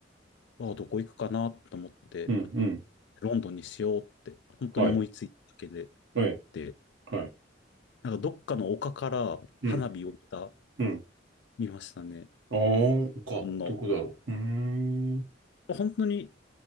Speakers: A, on the left; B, on the right.
A: ああ、どこ行くかなと思って、
B: うん、うん、
A: ロンドンにしようって、本当に思いついただけで、
B: はい、はい、
A: で、
B: はい。
A: なんかどっかの丘から花火を見た、
B: うん、うん。
A: 見ましたね。
B: ああ、丘、
A: ほんの、
B: どこだろう。うーん。
A: 本当に